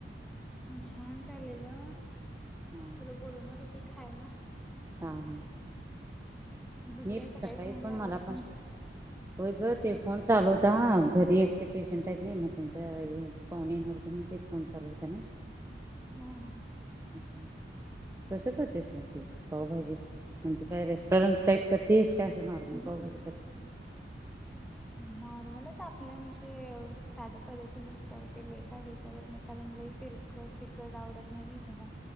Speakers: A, in the centre; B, on the right.
A: छान झाचालेलं.
B: हा..
A: बोलवनार होते खायला.
B: हा, हा.
A: तुझ
B: मी
A: काही सकाळी फोन
B: पण
A: लागलाच
B: मला पण
A: नाही.
B: होय ग ते फोन चालू होता हा घरी एक ते पेशंट आहेत नाही मग त्यांच्या हे पाहूणे येणार तर मग ते फोन चालू होता ना
A: हा हा
B: हं कसं करतेस मग तू पावभाजी म्हणजे काय रेस्टॉरंट टाईप करते आहेस काय? तर नॉर्मल
A: हम्म
B: पाव भाजी करते
A: नॉर्मलच आपल्या म्हणजे साध्या पद्धतीनेच करते हे करत नाही कारण लय तेल कट तिखट आवडत नाही ना घरात